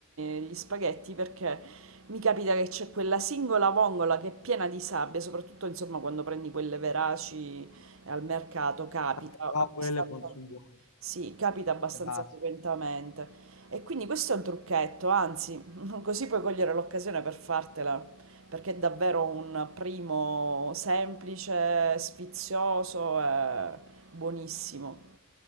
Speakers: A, on the right; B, on the left.
A: i- gli spaghetti perché mi capita che c'è quella singola vongola che è piena di sabbia, soprattutto insomma quando prendi quelle veraci al mercato capita
B: Eh, Però
A: abbastanza,
B: quelle quanto sono buone.
A: sì, capita abbastanza
B: Grazie.
A: frequentemente. E quindi questo è un trucchetto, anzi, <laughs> così puoi cogliere l'occasione per fartela, perché è davvero un primo semplice, sfizioso e Buonissimo.